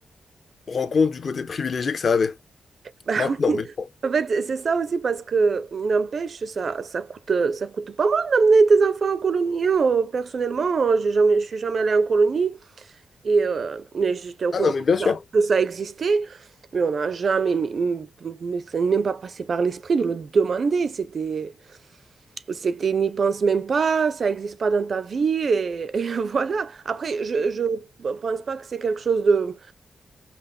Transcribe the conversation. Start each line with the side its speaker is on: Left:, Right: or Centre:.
Left: rends compte du côté privilégié que ça avait.
Right: Bah
Left: Maintenant,
Right: oui.
Left: mais bon.
Right: En fait, c'est ça aussi parce que, n'empêche, ça, ça coûte, ça coûte pas mal d'amener tes enfants en colonie. hein. Euh, Personnellement, j'ai jamais, je suis jamais allée en colonie et euh, mais j'étais au
Left: ah
Right: courant
Left: non, mais
Right: que
Left: bien sûr.
Right: ça, que ça existait, mais on n'a jamais, mais m- ça n'est même pas passé par l'esprit de le demander. C'était, c'était, n'y pense même pas, ça n'existe pas dans ta vie et, <laughs> et voilà. Après, je, je pense pas que c'est quelque chose de